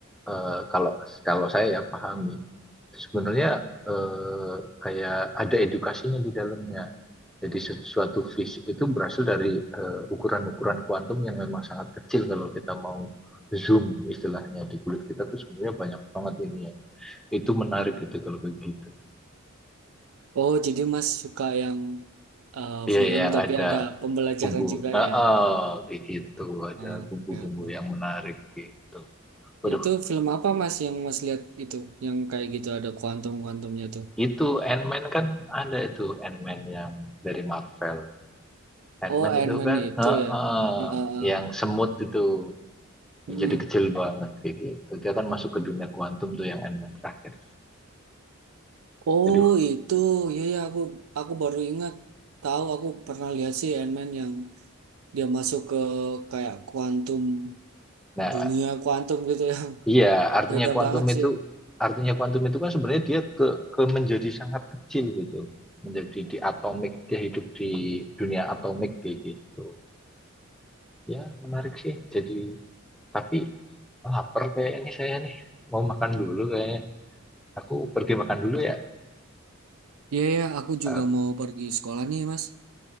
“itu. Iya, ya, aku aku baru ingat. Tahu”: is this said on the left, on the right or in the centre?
Right